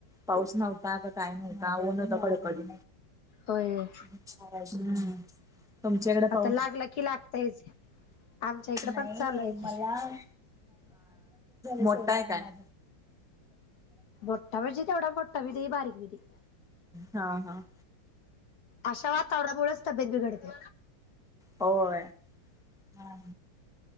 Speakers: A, in the centre; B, on the left (about 60°).
A: पाऊस नव्हता का काय नव्हता ऊन होत कडकडी.
B: होय.
A: हम्म. तुमच्याकडे
B: आता
A: पाऊस?
B: लागला की लागतयच. आमच्या इकडे
A: हां
B: पण चालू आहे की
A: मोठा हाय काय?
B: मोठा म्हणजे तेवढा मोठा बी नाही बारीक बी नाही
A: हां हां.
B: अशा वातावरणामुळेच तब्येत बिघडते.
A: होय. हा